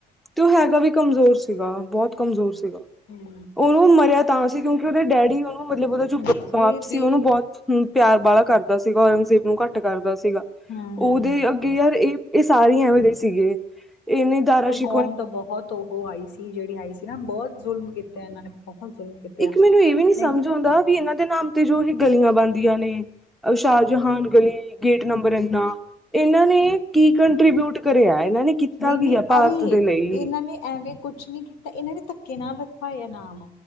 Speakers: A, in the centre; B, on the left.
A: ਤੇ ਉਹ ਹੈਗਾ ਵੀ ਕਮਜ਼ੋਰ ਸੀਗਾ ਬਹੁਤ ਕਮਜ਼ੋਰ ਸੀਗਾ।
B: ਹੂੰ
A: ਉਹਨੂੰ ਮਰਿਆ ਤਾਂ ਸੀ ਕਿਉਂਕਿ ਉਹਦੇ ਡੈਡੀ ਉਹਨੂੰ ਮਤਲਬ ਉਹਦਾ ਜੋ
B: ਇਹ
A: ਬਾਪ ਸੀ
B: ਵੀ
A: ਉਹਨੂੰ ਬਹੁਤ, ਪਿਆਰ ਵਾਲਾ ਕਰਦਾ ਸੀਗਾ ਔਰੰਗਜ਼ੇਬ ਨੂੰ ਘੱਟ ਕਰਦਾ ਸੀਗਾ
B: ਹਮ
A: ਉਹਦੇ ਅੱਗੇ ਯਾਰ ਇਹ, ਇਹ ਸਾਰੇ ਇਹੋ ਜਿਹੇ ਸੀਗੇ ਇਹਨੇ ਦਾਰਾ ਸ਼ਿ
B: ਫੋਮ ਤਾਂ ਬਹੁਤ ਉਹ ਆਈ ਸੀ ਜਿਹੜੀ ਆਈ ਸੀ ਨਾ ਬਹੁਤ ਜ਼ੁਲਮ ਕੀਤੇ ਇਹਨਾਂ ਨੇ, ਬਹੁਤ ਜ਼ੁਲਮ ਕੀਤੇ
A: ਇੱਕ
B: ਆ
A: ਮੈਨੂੰ ਇਹ ਵੀ
B: ਆਪਣੇ
A: ਨੀ ਸਮਝ ਆਉਂਦਾ ਵੀ ਇਹਨਾਂ ਦੇ ਨਾਮ ਤੇ ਜੋ ਇਹ, ਗਲੀਆਂ ਬਣਦੀਆਂ ਨੇ ਸ਼ਾਹਜਹਾਨ ਗਲੀ ਗੇਟ ਨੰਬਰ ਇੰਨਾ, ਇਹਨਾਂ ਨੇ ਕੀ ਕੰਟਰੀਬਿਊਟ ਕਰਿਆ ਇਹਨਾਂ ਨੇ, ਕੀਤਾ
B: ਨਹੀਂ-ਨਹੀਂ
A: ਕੀ ਹੈ ਭਾਰਤ
B: ਅਰੇ
A: ਦੇ ਲਈ
B: ਇਹਨਾਂ ਨੇ ਐਵੇਂ ਕੁਛ ਨਹੀਂ ਕੀਤਾ ਇਹਨਾਂ ਨੇ, ਧੱਕੇ ਨਾਲ ਰੱਖ ਪਾਏ ਇਨਾਮ